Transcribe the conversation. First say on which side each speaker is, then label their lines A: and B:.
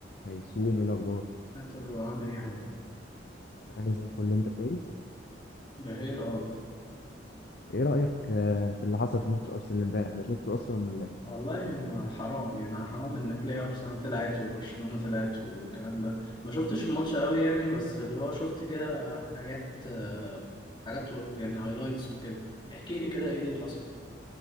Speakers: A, on the left; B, on the left.
A: هيسوم ايه الاخبار
B: نقدر وعامل ايه يا حبيبي
A: انا زي الفل انت كويس
B: بخير اه
A: ايه رايك آه، في اللي حصل في ماتش ارسنال امبارح ده شفته اصلا ولا ايه
B: والله ما- حرام يعني حرام ان تلاقي ارسنال طلعت وبرشلونة طلعت والكلام ده ما شفتش الماتش قوي يعني بس اللي هو شفت كده حاجات آه، حاجات يعني هايلايتس وكده احكي لي كده ايه اللي حصل